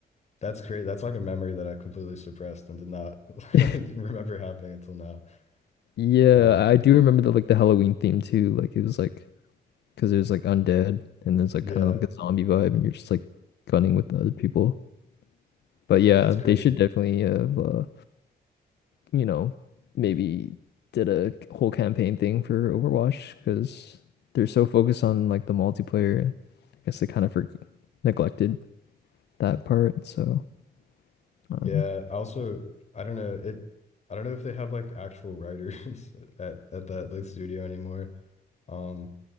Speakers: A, on the left; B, on the left.
A: that's great. That's like a memory that I completely suppressed and did not <laughs>
B: <laughs>
A: like remember happening until now.
B: Yeah,
A: Uh,
B: I do remember the like the Halloween theme too. Like it was like because there's like undead and there's like
A: yeah,
B: kind of like a zombie vibe, and you're just like gunning with the other people. But yeah,
A: that's crazy.
B: they should definitely have uh you know maybe did a whole campaign thing for Overwatch because they're so focused on like the multiplayer. I guess they kind of for neglected that part. So um,
A: Yeah, I also I don't know it. I don't know if they have like actual writers <laughs> at at that like studio anymore. Um,